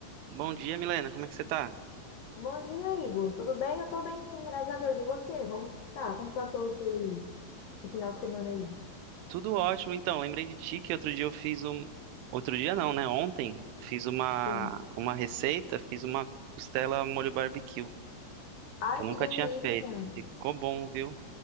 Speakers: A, on the right; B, on the left.
A: Bom dia, Milena. Como é que você tá?
B: Bom dia, Igor. Tudo bem? Eu tô bem, sim, graças a Deus. E você? Vamos... Tá, como passou esse... esse final de semana aí?
A: Tudo ótimo. Então, lembrei de ti que outro dia eu fiz um. Outro dia não, né? Ontem fiz uma
B: Sim.
A: uma receita, fiz uma costela molho barbecue,
B: Ai,
A: que eu nunca
B: que delícia!
A: tinha feito. Ficou bom, viu?